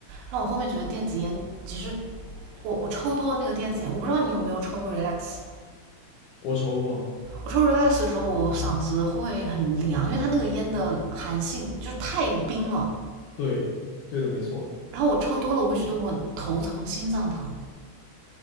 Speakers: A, on the right (about 75°); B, on the left (about 70°).
A: 然后我后面觉得电子烟，其实我我抽多了那个电子烟，我不知道你有没有抽过 relax。
B: 我抽过啊
A: 我抽 relax 的时候，我嗓子会很凉，因为它那个烟的寒性就是太冰了，
B: 对对的，没错。
A: 然后我抽多了，我会觉得我头疼、心脏疼、